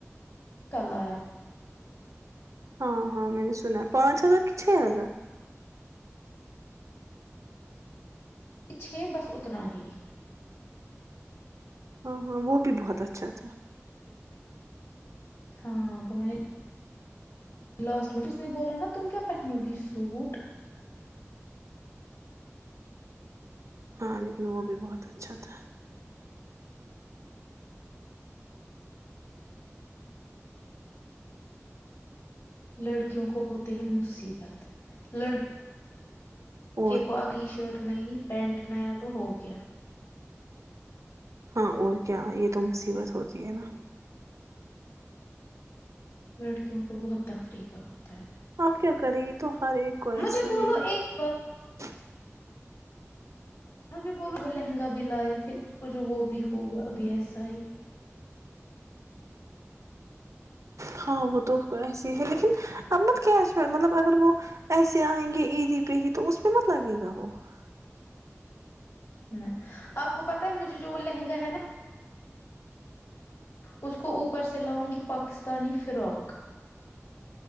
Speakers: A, on the left; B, on the right.
A: کلیا <unintelligible>
B: ہاں ہاں میں نے سنا پانچ ہزار کہ چھ ہزار <unintelligible>
A: پچھے بس اتنا ہی <unintelligible>
B: ہاں ہاں وہ بھی بہت اچھا تھا <unintelligible>
A: ہاں وہ میں نے <unintelligible> لاسٹ وس نے بولا نا تم کیا پہنو گی سوٹ <unintelligible>
B: ہاں لیکن وہ بھی بہت اچھا تھا <unintelligible>
A: لڑکیوں کو ہوتے ہیں مصیبت لڑ <unintelligible> مڑکے
B: اور
A: کو
B: کیا
A: اگلی شرٹ نہیں <unintelligible> پینٹ نیا تو ہو گیا <unintelligible>
B: ہاں اور کیا یہ تو مصیبت ہوتی ہے نا <unintelligible>
A: لڑکیوں کو بہت تفریح کا ہو <unintelligible>
B: آپ کیا کریں گے تو ہر ایک کو ایسا
A: مجھے بولو
B: ہی ہے
A: ایک
B: <unintelligible>
A: ہ جی بولو وہ لہنگا بھی لائے تھے <unintelligible> اس کو جو وہ بھی ہوگا اب ایسا ہی <unintelligible>
B: ہاں وہ تو ایسے ہی ہے لیکن اب مت کیش مطلب اگر وہ ایسے آئیں گے عیدی پہ ہی تو ا میںہ مت لگے گا وہ <unintelligible>
A: نہ آپ کو پتہ ہے مجھے جو وہ لہنگا ہے نا <unintelligible> اس کو اوپر سے لاؤں گی پاکستانی فرق <unintelligible>